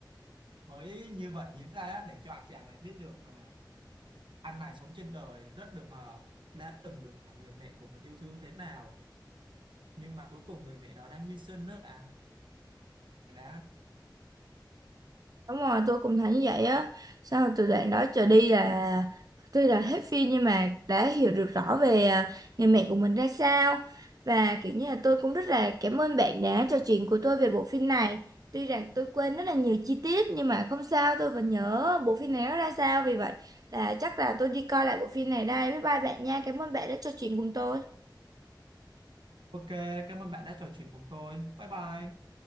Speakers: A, on the right; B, on the right.
A: mới như vậy diễn ra á để cho anh chàng này biết được là anh này sống trên đời rất được ờ, đã từng được người mẹ của mình yêu thương thế nào nhưng mà cuối cùng người mẹ đó đã hy sinh đó bạn đã
B: Đúng rồi, tôi cũng thấy như vậy á. Sau từ đoạn đó trở đi là tuy là hết phim nhưng mà đã hiểu được rõ về à, người mẹ của mình ra sao. Và kiểu như là tôi cũng rất là cảm ơn bạn đã trò chuyện của tôi về bộ phim này. Tuy rằng tôi quên rất là nhiều chi tiết nhưng mà không sao, tôi vẫn nhớ bộ phim này nó ra sao. Vì vậy là chắc là tôi đi coi lại bộ phim này đây. Bye bye bạn nha. Cảm ơn bạn đã trò chuyện cùng tôi.
A: ok cảm ơn bạn đã trò chuyện cùng tôi bye bye